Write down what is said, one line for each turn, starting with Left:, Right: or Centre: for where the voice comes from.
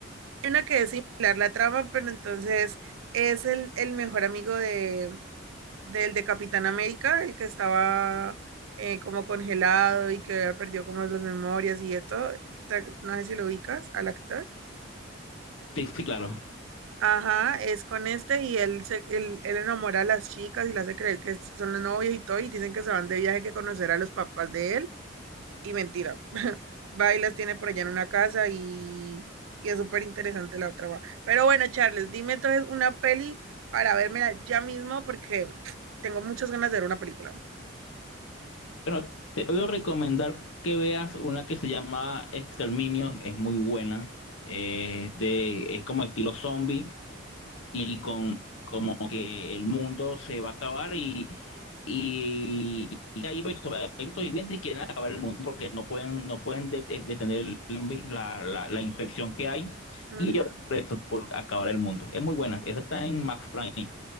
Right: Hay una que es similar la trama, pero entonces es el, el mejor amigo de, del de Capitán América, el que estaba eh, como congelado y que había perdido como las memorias y de todo. Te- No sé si lo ubicas al actor.
Left: Sí, sí, claro.
Right: Ajá, es con este y él, se, él, él enamora a las chicas y le hace creer que son los novios y todo y dicen que se van de viaje que conocer a los papás de él y mentira. <laughs> Va y las tiene por allá en una casa y, y es súper interesante la otra. va. Pero bueno, Charles, dime entonces una peli para vérmela ya mismo porque <tsk> tengo muchas ganas de ver una película.
Left: Bueno, te puedo recomendar que veas una que se llama Exterminio, es muy buena, eh, de, es como estilo zombie y con como que el mundo se va a acabar y, y, y hay perso- hay sobrevivientes que quieren acabar el mundo porque no pueden, no pueden det- detener el zombie, la, la, la infección que hay
Right: Ujú.
Left: y ellos presos por acabar el mundo. Es muy buena, esa está en Max Prime,